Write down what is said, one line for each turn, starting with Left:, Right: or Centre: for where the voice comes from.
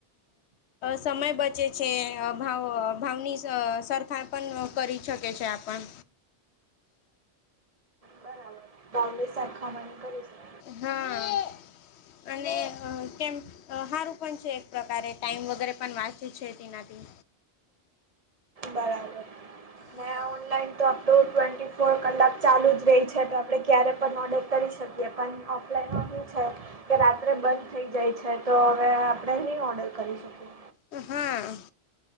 Left: સમય બચે છે. ભાવ ભાવની સરખા પણ કરી શકે છે, આપણ
Right: બરાબર ભાવલી શખાની કરી છે.
Left: હા અને કેમ સારું પણ છે. એક પ્રકારે ટાઈમ વગેરે પણ વાંચે છે, તેનાથી
Right: બરાબર મે
Left: હા
Right: ઓનલાઈન તો તો ટ્વેન્ટી ફોર કલાક ચાલુ જ રહી છે, તો આપણે ક્યારે પણ ઓર્ડર કરી શકીએ પણ ઓપલાઈનમાં શું છે? કે રાત્રે બંધ થઈ જાય છે, તો હવે આપણે નહીં ઓર્ડર કરી શકીએ
Left: હમ.